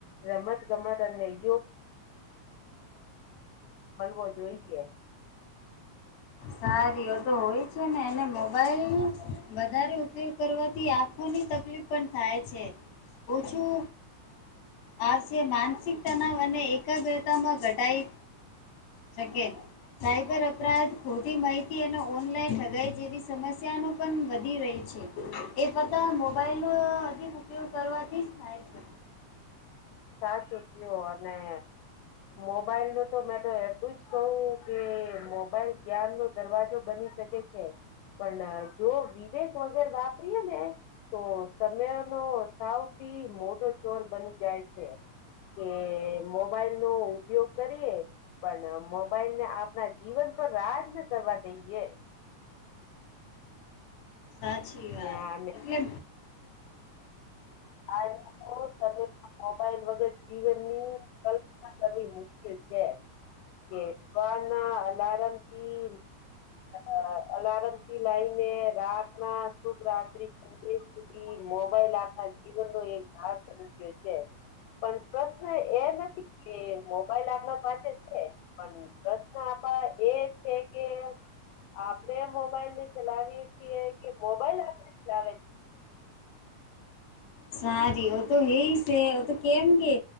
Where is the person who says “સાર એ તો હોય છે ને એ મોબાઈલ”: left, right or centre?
Left